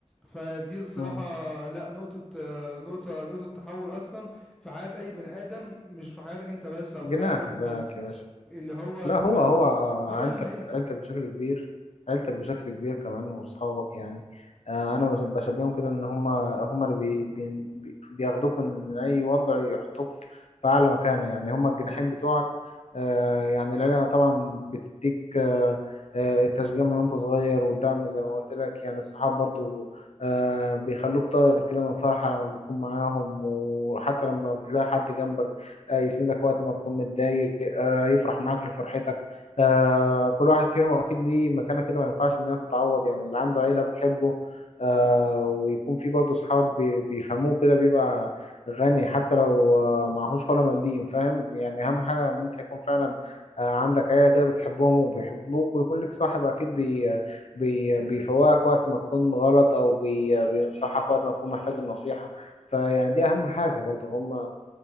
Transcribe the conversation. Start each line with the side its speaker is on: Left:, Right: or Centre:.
Centre: فدي الصراحة
Left: مم.
Centre: لا نقطة آه، نقطة نقطة تحول أصلا في حياة أي بني آدم مش في حياتك أنت بس أو
Left: جناح
Centre: في حياة واحد
Left: بذاك
Centre: بس
Left: يا باشا
Centre: اللي هو أنت
Left: لا هو هو
Centre: دول
Left: عيلتك
Centre: هم أنت
Left: عيلتك بشكل كبير عيلتك بشكل كبير كمان وأصحابك يعني آه، أنا بس- بشبههم كده إن هما هما اللي بي بي بي- بياخدوك من من أي وضع يحطوك في في أعلى مكانة يعني هما الجناحين بتوعك آه، يعني العيلة طبعا بتديك آه، آه، التشجيع من وأنت صغير والدعم زي ما قلت لك يعني الصحاب برضو آه، بيخلوك طاير كده من فرحة لما بتكون معاهم وحتى لما بتلاقي حد جنبك آه، يسندك وقت ما تكون متضايق آه، يفرح معاك لفرحتك آه، كل واحد فيهم اكيد ليه مكانه كده ما ينفعش ان هي تتعوض يعني اللي عنده عيله بتحبه آه، ويكون في برضه صحاب بي- بيفهموه كده بيبقى غني حتى لو آه، معهوش ولا مليم فاهم يعني اهم حاجه ان انت يكون فعلا آه، عندك عيله كده بتحبهم وبيحبوك ويكون لك صاحب اكيد بي بي بيفوقك وقت ما تكون غلط او بي بينصحك وقت ما تكون محتاج النصيحه فيعني دي اهم حاجه برضه هم